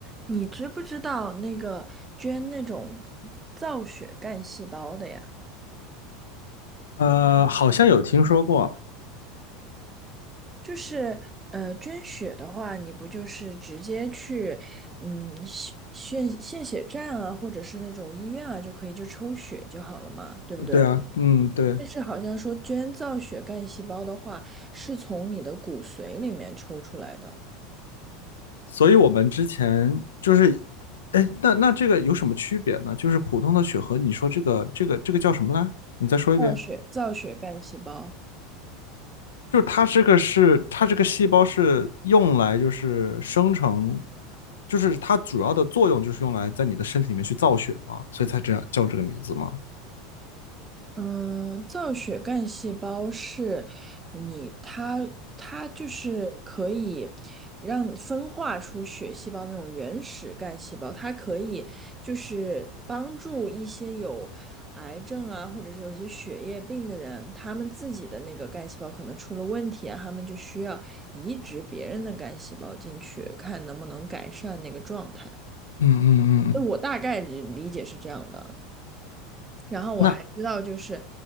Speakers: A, on the right; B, on the left.
A: 你知不知道那个捐那种造血干细胞的呀？
B: 呃，好像有听说过，
A: 就是呃，捐血的话，你不就是直接去嗯血献献血站啊，或者是那种医院啊，就可以就抽血就好了嘛，对不对？
B: 对啊，嗯，对，
A: 但是好像说捐造血干细胞的话，是从你的骨髓里面抽出来的，
B: 所以我们之前就是，哎，那那这个有什么区别呢？就是普通的血核，你说这个这个这个叫什么来？你再说一遍，
A: 造血造血干细胞。
B: 就是它这个是它这个细胞是用来就是生成，就是它主要的作用就是用来在你的身体里面去造血嘛，所以才这样叫这个名字嘛。
A: 嗯，造血干细胞是你它它就是可以让你分化出血细胞那种原始干细胞，它可以就是帮助一些有癌症啊，或者是有一些血液病的人，他们自己的那个干细胞可能出了问题啊，他们就需要移植别人的干细胞进去，看能不能改善那个状态。
B: 嗯嗯嗯嗯，
A: 我大概理理解是这样的。然后我还知道，
B: 那
A: 就是